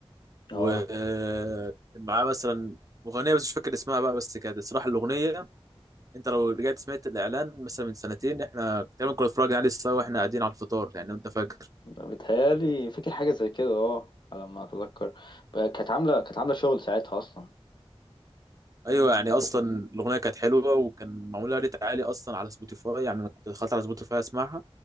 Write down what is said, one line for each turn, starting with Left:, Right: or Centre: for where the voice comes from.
Left: اه
Right: ومعاه مثلا مغنية بس مش فاكر اسمها بقى بس كانت الصراحة الأغنية أنت لو رجعت سمعت الإعلان مثلا من سنتين إحنا تقريبا كنا اتفرجنا عليه سوا وإحنا قاعدين على الفطار يعني لو أنت فاكر
Left: بتهيألي فاكر حاجة زي كده اه على ما اتذكر كانت عاملة كانت عاملة شغل ساعتها اصلا
Right: أيوه يعني أصلا الأغنية كانت حلوة وكان معمولها ريت عالي أصلا على سبوتيفاي يعني أنا كنت دخلت على سبوتيفاي أسمعها